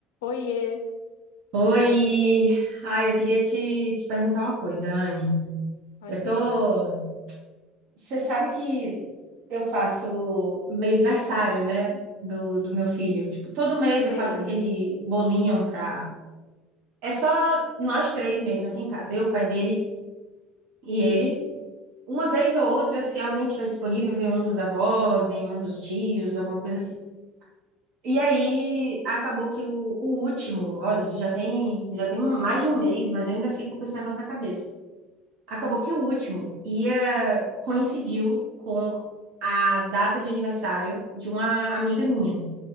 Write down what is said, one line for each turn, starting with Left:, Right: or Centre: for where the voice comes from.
Left: Oiê,
Right: Oi! Ai, eu queria te, te perguntar uma coisa, Anne.
Left: pode
Right: Eu
Left: perguntar.
Right: tô. Você sabe que eu faço mêsversário, né? Do, do meu filho. Tipo, todo mês
Left: Sei,
Right: eu faço aquele bolinho pra. É só nós três mesmo aqui em casa, eu, o pai dele e ele. Uma vez ou outra, se alguém tiver disponível, vem um dos avós, vem um dos tios, alguma coisa assim. E aí acabou que o, o último, olha, isso já tem, já tem mais de um mês, mas eu ainda fico com esse negócio na cabeça. Acabou que o último ia coincidiu com a data de aniversário de uma amiga minha.